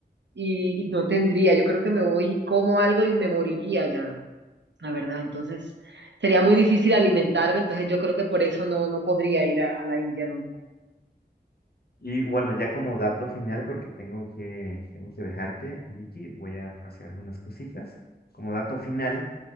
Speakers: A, on the right; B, on the left.
A: y, y no tendría. Yo creo que me voy, y como algo y me moriría ya, la verdad. Entonces sería muy difícil alimentarme, entonces yo creo que por eso no, no podría ir a, a la India nunca.
B: Y bueno, ya como dato final, porque tengo que, tengo que dejarte, Vicky, voy a hacer unas cositas. Como dato final,